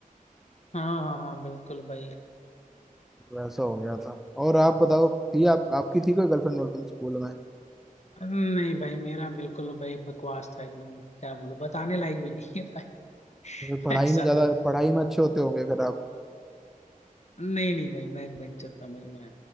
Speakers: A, on the left (about 50°); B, in the centre.
A: हाँ हाँ हाँ बिल्कुल भाई
B: वैसा हो गया था और आप बताओ थी आप आपकी थी कोई गर्लफ्रेंड वर्लफ्रेंड स्कूल में
A: नहीं भाई मेरा बिल्कुल भाई बकवास था एकदम क्या बोलूं बताने लायक भी नहीं है भाई
B: अगर
A: <laughs>
B: पढ़ाई
A: ऐसा
B: में ज्यादा
A: था
B: पढ़ाई में अच्छे होते होंगे अगर आप
A: नहीं नहीं भाई बैक बेंचर था भाई मैं